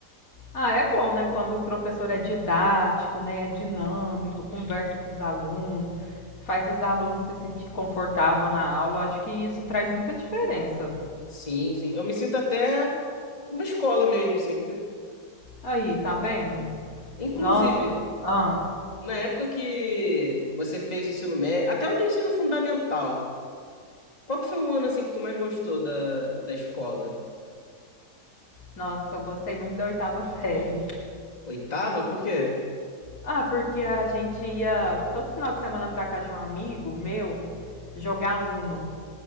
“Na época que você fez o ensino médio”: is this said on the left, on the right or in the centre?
Left